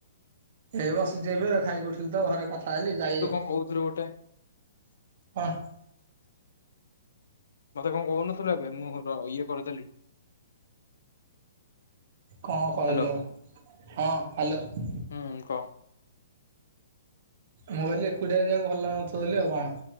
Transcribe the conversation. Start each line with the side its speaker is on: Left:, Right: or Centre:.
Right: ଏଇ ବସିଚି ଏବେ ଖାଇକି ଉଠିଲି ତ ଘରେ କଥା ହେଲି ଯାଇ
Left: କହୁଉଥିରୁ ଗୋଟେ
Right: ହଁ।
Left: ମତେ କଣ କହୁନଥିଲୁ ଏବେ ମୋ ର ଇଏ କରିଦେଲି।
Right: କଣ କହିଲେ
Left: ହ୍ୟାଲୋ
Right: ଆଉ ହଁ ହ୍ୟାଲୋ।
Left: ହୁଁ କହ?
Right: ମୁଁ କହିଲି ଏକୁଟିଆ ଯିବାକୁ ଭଲ ଲଗୁନଥିବ ବୋଲି ଆଉ କଣ।